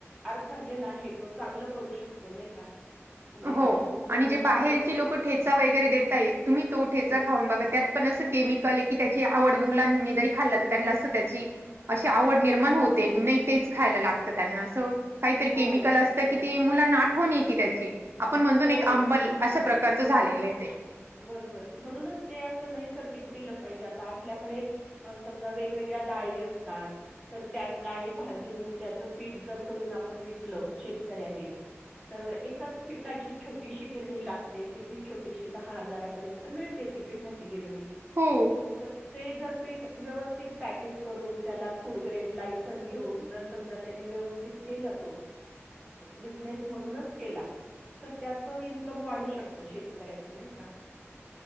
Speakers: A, in the centre; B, on the right (about 55°).
A: अर्थार्जन आहे तो चांगल करू शकतो नाही का. म्हणजे
B: हो
A: त्याच्यातून अ,
B: आणि जे
A: चांगले
B: बाहेरची
A: पैसे
B: लोक ठेचा वगैरे देेतायतात तुम्ही तो ठेचा
A: हो
B: खाऊन बघा त्यात पण अस केमिकल आहे की त्याची आवड मुलांनी जरी खाल्ला तर त्यांना अस त्याची अशी आवड निर्माण होते
A: हो
B: नाही तेच खायला लागत त्यांना अस काहीतरी
A: हो
B: केमिकल असत
A: हो
B: की ते मुलाना आठवण येते त्याची आपण म्हणतो
A: हो
B: ना एक अंबल अशा प्रकारच झालेलं आहे ते.
A: बरोबर म्हणूनच ते अस नैसर्गिक दिल पाहिजे आता आपल्याकडे अ समजा वेगवेगळ्या डाळी असतात. तर त्याच डाळी भाजून त्याच पीठ जर करून आपण विकल शेतकऱ्याने. तर एकच पीटाची छोटीशी गिरणी लागते किती छोटीशी दहा हजारापर्यंत मिळते ती पिठाची गिरणी.
B: हम्म
A: <unintelligible> ते जर पीठ व्यवस्थित पॅकिंग करून त्याला फूड ग्रेड लायसन घेऊन जर समजा त्यानी व्यवस्थित त केला तो बिजनेस म्हणूनच केला. तर त्याच इन्कम वाढू शकत शेतकऱ्याच नाही का?